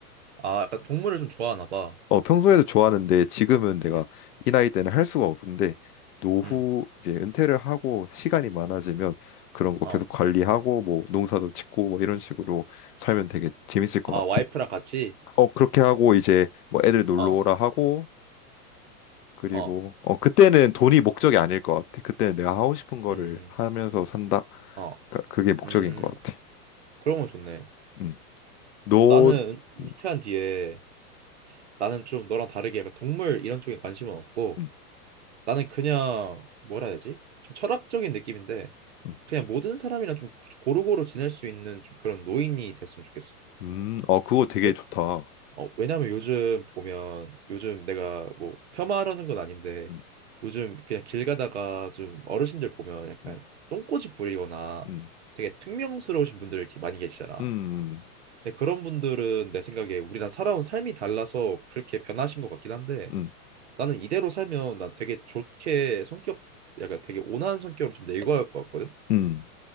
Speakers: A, on the right (about 50°); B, on the left (about 75°).
A: 아, 약간 동물을 좀 좋아하나 봐.
B: 어, 평소에도 좋아하는데 지금은 내가
A: 음,
B: 이 나이 때는 할 수가 없는데 노후
A: 음,
B: 이제 은퇴를 하고 시간이 많아지면 그런 거
A: 어.
B: 계속 관리하고 뭐 농사도 짓고 뭐 이런 식으로 살면 되게 재밌을 것
A: 아,
B: 같아.
A: 와이프랑 같이?
B: 어, 그렇게 하고 이제 뭐 애들 놀러
A: 어,
B: 오라 하고 그리고
A: 어,
B: 어, 그때는 돈이 목적이 아닐 것 같아. 그때는 내가 하고 싶은 거를
A: 음,
B: 하면서 산다.
A: 어,
B: 그- 그게 목적인
A: 음,
B: 것 같아.
A: 그런 건 좋네.
B: 음. 너
A: 나는 은-
B: 음,
A: 퇴한 뒤에 나는 좀 너랑 다르게 약간 동물 이런 쪽에 관심은 없고
B: 음,
A: 나는 그냥 뭐라 해야 되지? 좀 철학적인 느낌인데
B: 음.
A: 그냥 모든 사람이랑 좀 고- 고루고루 지낼 수 있는 좀 그런 노인이 됐으면 좋겠어.
B: 음, 어, 그거 되게
A: 왜,
B: 좋다.
A: 어, 왜냐면 요즘 보면 요즘 내가 뭐 폄하하려는 건 아닌데
B: 음,
A: 요즘 그냥 길 가다가 좀 어르신들 보면 약간
B: 음,
A: 똥꼬집 부리거나
B: 음,
A: 되게 퉁명스러우신 분들 이렇게 많이 계시잖아.
B: 음.
A: 근데 그런 분들은 내 생각에 우리랑 살아온 삶이 달라서 그렇게 변하신 것 같긴 한데
B: 음.
A: 나는 이대로 살면 난 되게 좋게 성격 약간 되게 온화한 성격으로 좀 늙어갈 것 같거든.
B: 음,